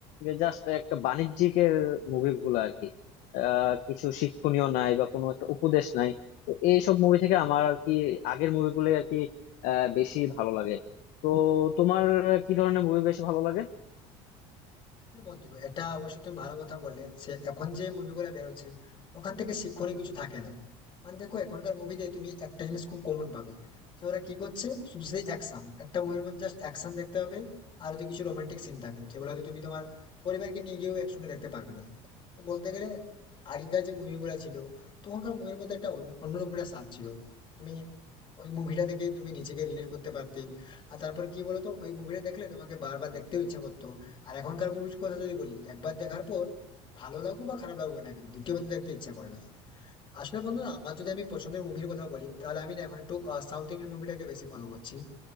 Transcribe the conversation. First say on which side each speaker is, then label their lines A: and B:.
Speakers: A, on the left; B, on the left.
A: জাস্ট একটা বাণিজ্যিকের মুভিগুলো আর কি আহ, কিছু শিক্ষণীয় নাই বা কোনো একটা উপদেশ নাই তো এইসব মুভি থেকে আমার আর কি আগের মুভিগুলো আর কি আহ, বেশি ভালো লাগে তো তোমার কি ধরনের মুভি বেশি ভালো লাগে
B: হ্যাঁ বন্ধু এটা অবশ্য তুমি ভালো কথা বললে সে এখন যে মুভিগুলো বেরোচ্ছে ওখান থেকে শিক্ষণীয় কিছু থাকে না মানে দেখো এখনকার মুভিতে তুমি একটা জিনিস খুব কমন পাবে যে ওরা কি করছে শুধু সেই অ্যাকশন একটা মুভির মধ্যে জাস্ট অ্যাকশন দেখতে হবে আর যদি কিছু রোমান্টিক সিন থাকে যেগুলো হয়তো তুমি তোমার পরিবারকে নিয়ে গিয়েও একসঙ্গে দেখতে পারবে না তো বলতে গেলে আগেকার যে মুভিগুলো ছিল তখনকার মুভির মধ্যে একটা অন্য- অন্যরকম একটা স্বাদ ছিল তুমি ওই মুভিটা থেকে তুমি নিজেকে রিলেট করতে পারতে আর তারপর কি বলতো ওই মুভিটা দেখলে তোমাকে বারবার দেখতেও ইচ্ছা করতো আর এখনকার মুভির কথা যদি বলি একবার দেখার পর ভালো লাগুক বা খারাপ লাগুক না কেন দ্বিতীয়বার তো দেখতে ইচ্ছা করে না আসলে বন্ধু না, আমার যদি আমি পছন্দের মুভির কথা বলি তাহলে আমি না এখন একটু সাউথ ইন্ডিয়ান মুভিটাকে বেশি ফলো করছি